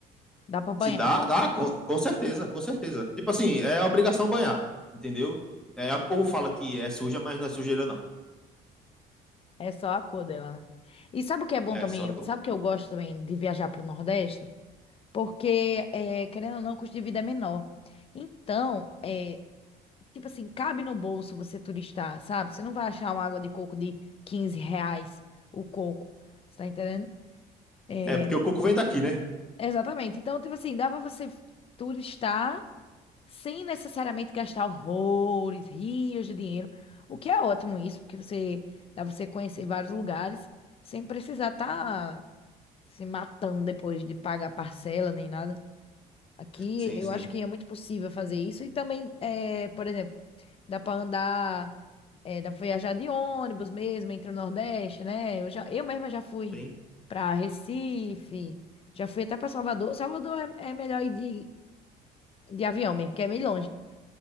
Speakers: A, on the left; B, in the centre.
A: Dá pra banhar.
B: Se dá, dá, com, com certeza, com certeza. Tipo assim, é obrigação banhar, entendeu? É, o povo fala que é suja, mas não é sujeira, não.
A: É só a cor dela, né? E sabe o que é bom
B: É,
A: também?
B: só
A: Eu-
B: coco.
A: Sabe o que eu gosto também de viajar pro Nordeste? Porque, é, querendo ou não, o custo de vida é menor. Então, é, tipo assim, cabe no bolso você turistar, sabe? Você não vai achar uma água de coco de 15 reais o coco. Você tá entendendo? É,
B: É, porque o coco vem daqui, né?
A: exatamente. Então, tipo assim, dá pra você turistar sem necessariamente gastar horrores, rios de dinheiro, o que é ótimo isso, porque você dá pra você conhecer vários lugares sem precisar estar se matando depois de pagar parcela nem nada. Aqui
B: Sim,
A: eu
B: sim.
A: acho que é muito possível fazer isso e também, é, por exemplo, dá pra andar, é, dá pra viajar de ônibus mesmo entre o Nordeste, né? Eu já, eu mesma já fui
B: Sim.
A: pra Recife, já fui até pra Salvador. Salvador é, é melhor ir de, de avião mesmo, porque é meio longe.